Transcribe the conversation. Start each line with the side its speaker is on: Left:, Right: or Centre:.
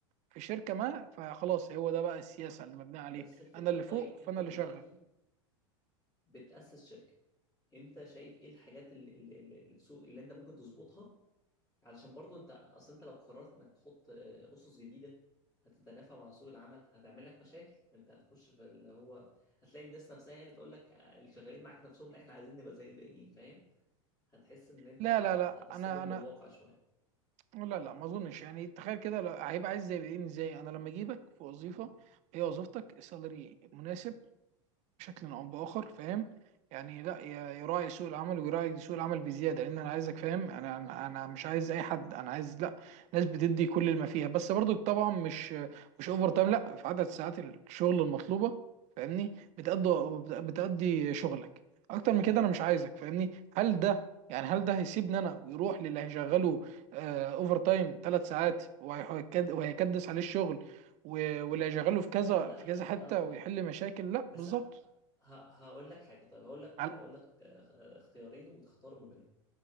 Right: في شركه ما فخلاص هو ده بقى السياسه اللي مبنيه عليه
Left: بس الفكره
Right: انا اللي
Left: طيب
Right: فوق
Left: انت
Right: فانا
Left: دلوقتي
Right: اللي شغال
Left: بتأسس شركه انت شايف ايه الحاجات اللي, اللي, اللي اللي في سوق اللي انت ممكن تظبطها علشان برضو انت اصل انت لو قررت انك تحط آه، اسس جديده هتتنافى مع سوق العمل هتعمل لك مشاكل انت هتخش في اللي هو هتلاقي الناس نفسها هي اللي تقول لك آه، اللي شغالين معاك نفسهم لا احنا عايزين نبقى زي الباقيين فاهم هتحس ان انت
Right: لا
Left: هت-
Right: لا لا
Left: هتصطدم
Right: انا انا
Left: بالواقع شويه
Right: لا لا ما اظنش يعني تخيل كده لو- هيبقى عايز زي ايه ازاي انا لما اجيبك في وظيفه هي وظيفتك السالري مناسب بشكل او باخر فاهم يعني لا ي- يراعي سوق العمل ويراعي سوق العمل بزياده لان انا عايزك فاهم انا انا أنا مش عايز اي حد انا عايز لا ناس بتدي كل ما فيها بس برضو طبعا مش مش اوفر تايم لا في عدد ساعات الشغل المطلوبه فاهمني بتأدي بتأدي شغلك اكتر من كده انا مش عايزك فاهمني هل ده يعني هل ده هيسيبني انا ويروح للي هيشغله
Left: مم.
Right: آه، اوفر تايم ثلاث ساعات وهيكد- وهيكدس عليه الشغل و- واللي هيشغله في كذا
Left: لا لا
Right: في
Left: لا
Right: كذا حته
Left: لا طبعا
Right: ويحل مشاكل لا
Left: بس
Right: بالظبط
Left: ه- هقول لك حاجه طيب هقول لك
Right: على
Left: هقول لك آه، اختيارين وتختار ما بينهم